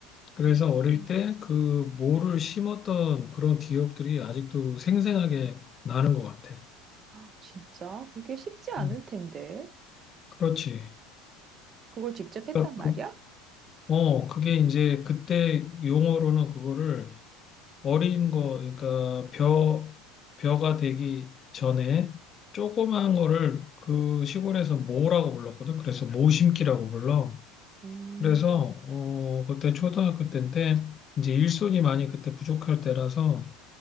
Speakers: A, on the left; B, on the right.
A: 그래서
B: 음,
A: 어릴
B: 음,
A: 때 그 모를 심었던 그런 기억들이 아직도 생생하게 나는 것 같아.
B: 아, 진짜? 그게 쉽지 않을
A: 음.
B: 텐데.
A: 그렇지.
B: 그걸 직접 했단
A: 그러니까
B: 말이야?
A: 그, 어, 그게 이제 그때 용어로는 그거를 어린 거, 그러니까 벼, 벼가 되기 전에 조그마한 거를 그 시골에서 모라고 불렀거든. 그래서 모심기라고 불러.
B: 음,
A: 그래서 어 그때 초등학교 때인데 이제 일손이 많이 그때 부족할 때라서